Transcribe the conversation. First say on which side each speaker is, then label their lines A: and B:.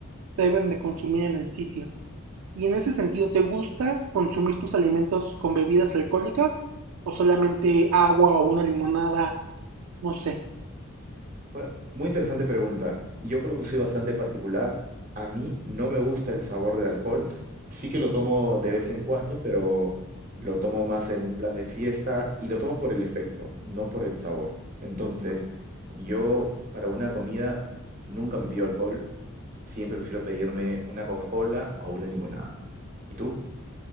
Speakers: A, on the right; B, on the right.
A: se deben de consumir en el sitio. Y en ese sentido, ¿te gusta consumir tus alimentos con bebidas alcohólicas o solamente agua o una limonada? No sé.
B: Bueno, muy interesante pregunta. Yo creo que soy bastante particular. A mí no me gusta el sabor del alcohol. Sí que lo tomo de vez en cuando, pero lo tomo más en un plan de fiesta y lo tomo por el efecto, no por el sabor. Entonces, yo para una comida nunca me pido alcohol. Siempre prefiero pedirme una Coca-Cola o una limonada. ¿Y tú?